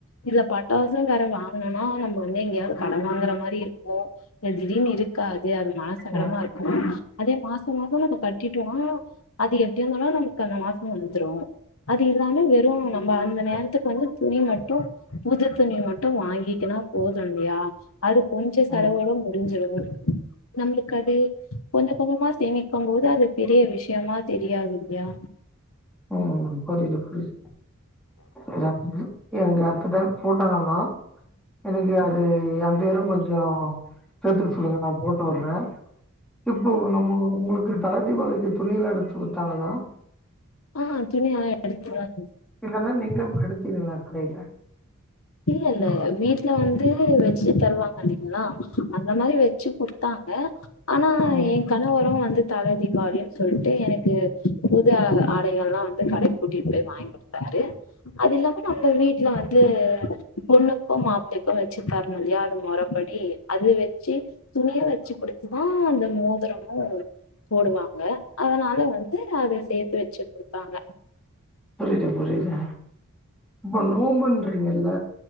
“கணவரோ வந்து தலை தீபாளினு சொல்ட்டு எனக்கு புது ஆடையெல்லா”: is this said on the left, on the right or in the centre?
Left